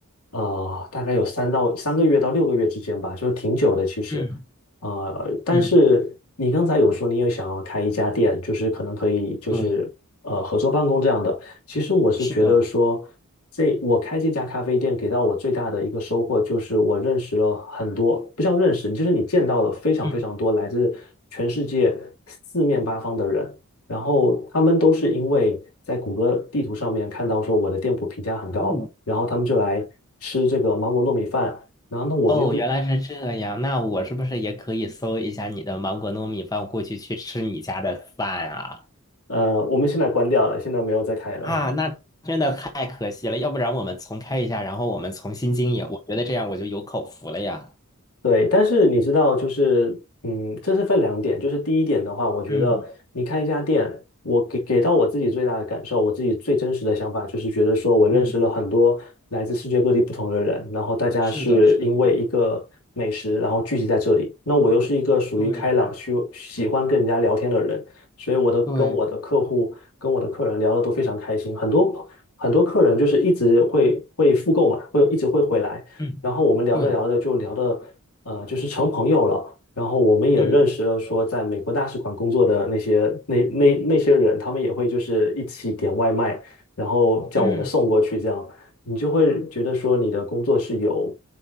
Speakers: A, on the left; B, on the left.
A: 呃，大概有三到三个月到六个月之间吧，就是挺久的其实，
B: 嗯
A: 呃，但是你刚才有说你也想要开一家店，
B: 嗯，
A: 就是可能可以就是呃合作办公这样的。
B: 对，
A: 其实我是觉得说，
B: 是的。
A: 这我开这家咖啡店给到我最大的一个收获就是我认识了很多，不叫认识，就是你见到了非常非常多来自全世界四面八方的人，
B: 嗯，
A: 然后他们都是因为在谷歌地图上面看到说我的店铺评价很高，
B: 哦
A: 然后他们就来吃这个芒果糯米饭，然后那我们又是
B: 哦，原来是这样。那我是不是也可以搜一下你的芒果糯米饭，过去去吃你家的饭啊？
A: 呃，我们现在关掉了，现在没有再开了，
B: 啊，那真的太可惜了，要不然我们重开一下，然后我们重新经营，我觉得这样我就有口福了呀。
A: 对，但是你知道，就是，嗯，这是分两点。就是第一点的话，我觉得你开一家店，
B: 嗯
A: 我给给到我自己最大的感受，我自己最真实的想法，就是觉得说我认识了很多来自世界各地不同的人，
B: 嗯，
A: 然后大家是因为一个美食，
B: 是的，是的，
A: 然后聚集在这里。那我又是一个属于开朗、
B: 对
A: 需喜欢跟人家聊天的人，所以我的跟我的客户、
B: 对，
A: 跟我的客人聊的都非常开心。很多很多客人就是一直会会复购嘛，会一直会回来。
B: 嗯对，
A: 然后我们聊着聊着就聊的，呃，就是成朋友了。然后我们也认识了说在美国大使馆工作的那些那那那些人，
B: 嗯
A: 他们也会就是一起点外卖，然后叫我们送过去，
B: 嗯，
A: 这样你就会觉得说你的工作是有